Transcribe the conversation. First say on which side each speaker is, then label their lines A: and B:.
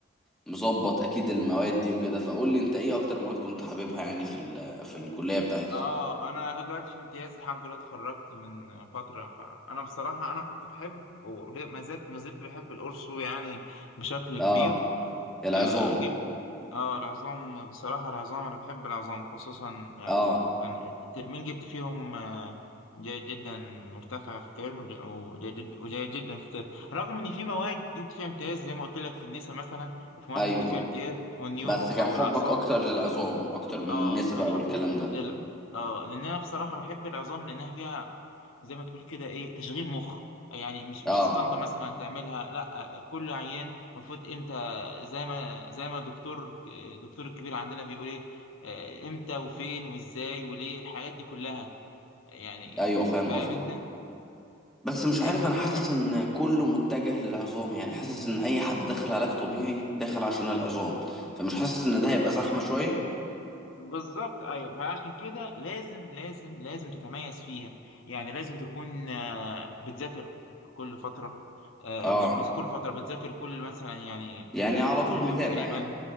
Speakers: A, in the centre; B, on the left.
A: ومظبط اكيد المواد دي وكده فقول لي انت ايه اكتر مواد كنت حاببها يعني في ال... في الكلية بتاعتك
B: اه انا دلوقتي في امتياز الحمد لله اتخرجت من فتره فانا بصراحه انا كنت بحب وما زلت ما زلت بحب القرص يعني بشكل كبير
A: اه العظام
B: آه، اه العظام بصراحة العظام أنا بحب العظام خصوصا يعني
A: اه
B: يعني الترمين جبت فيهم آه، جيد جدا مرتفع في ترم وج- وجيد جد- وجيد جدا في ترم رغم إن في مواد جبت فيها امتياز زي ما قلت لك في النساء مثلا وفي مواد
A: ايوه
B: جبت فيها امتياز والنيورو
A: بس كان
B: أو
A: حبك
B: الأعصاب
A: اكتر للعظام اكتر من
B: اه
A: النسا
B: كان
A: بقى
B: حب
A: والكلام ده
B: لل... اه لأن أنا بصراحة بحب العظام لأنها فيها زي ما تقول كده ايه تشغيل مخ يعني مش مش
A: اه
B: اسطمبة مثلا هتعملها لا كل عيان المفروض امتى زي ما زي ما دكتور الدكتور الكبير عندنا بيقول ايه آه، امتى وفين وازاي وليه الحاجات دي كلها يعني
A: ايوه فاهم
B: فاهم
A: قصدي
B: انت
A: بس مش عارف
B: امتى
A: انا
B: تع-
A: حاسس ان كله متجه للعظام يعني حاسس ان اي حد داخل علاج طبيعي داخل عشان العظام فمش حاسس ان ده هيبقى زحمة شوية
B: بالظبط ايوه عشان كده لازم لازم لازم تتميز فيها يعني لازم تكون آه، بتذاكر كل فترة آه،
A: اه
B: مش مش كل فترة بتذاكر كل مثلا يعني
A: يعني على طول
B: كل يوم
A: متابع
B: تقريبا
A: يعني